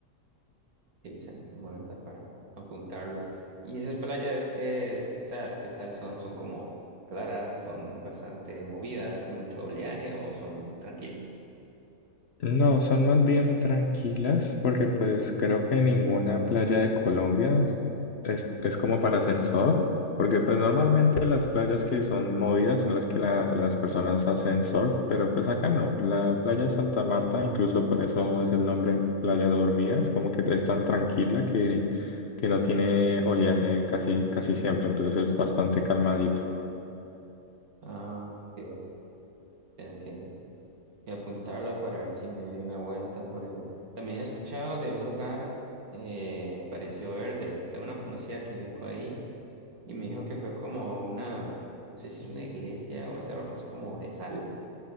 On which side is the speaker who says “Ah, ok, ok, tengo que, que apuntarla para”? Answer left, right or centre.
Right